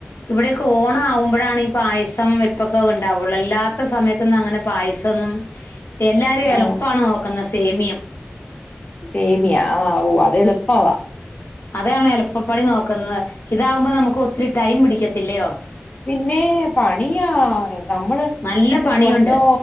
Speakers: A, on the left (about 80°); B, on the left (about 35°).
A: ഇവിടെയൊക്കെ ഓണം ആകുമ്പഴാണ് ഈ പായസം വെപ്പൊക്കെ ഉണ്ടാവുള്ളൂ അല്ലാത്ത സമയത്തൊന്നങ്ങനെ പായസന്നും. എല്ലാരും
B: ആ
A: എളുപ്പാണ് നോക്കുന്ന സേമിയം.
B: സേമിയ ആഹ് ഓ അത്എള്പ്പവ.
A: അതെയണോ എളുപ്പപണി നോക്കുന്നത് ഇതാവുമ്പോ നമുക്ക് ഒത്തിരി ടൈം പിടിക്കത്തില്ലയോ.
B: പിന്നെ പണിയാ നമ്മള്
A: നല്ല
B: എന്റെ
A: പണിയുണ്ട്
B: പൊന്നോ.